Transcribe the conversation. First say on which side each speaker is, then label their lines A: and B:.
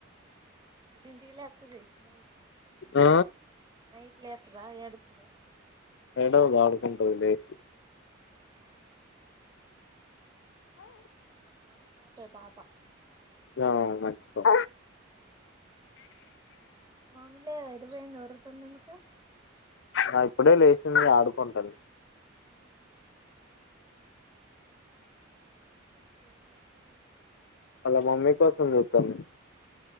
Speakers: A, on the right (about 20°); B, on the left (about 65°).
A: ఎండింది లక్ తేస్తునాయి ఇటు
B: ఆ
A: నైట్ లేతదా ఎడుతదా
B: ఎడవదు ఆడుకుంటది లేషి
A: ఆహ
B: ఆ
A: మంచి పాపే పాప
B: ఆ మంచి పాప
A: అవున్లే అది ఎటుబోయింది ఓరుతుందేందుకు
B: ఆ ఇప్పుడే లేచింది ఆడుకుంటంది
A: ఆహా ఇంకా ఏం చేస్తున్నారు
B: అలా మమ్మీ కోసం చూత్తంది